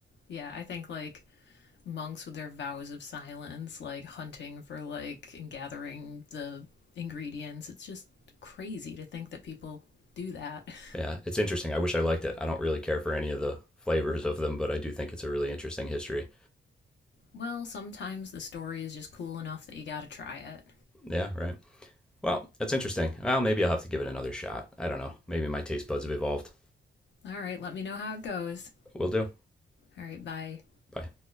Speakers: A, on the left; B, in the centre.
A: Yeah, I think like monks with their vows of silence, like hunting for like and gathering the ingredients. It's just crazy to think that people do that. <laughs>
B: Yeah, it's interesting. I wish I liked it. I don't really care for any of the flavors of them, but I do think it's a really interesting history.
A: Well, sometimes the story is just cool enough that you gotta try it.
B: Yeah, right. Well, that's interesting. Well, maybe I'll have to give it another shot. I don't know. Maybe my taste buds have evolved.
A: All right, let me know how it goes.
B: Will do.
A: All right, bye.
B: Bye.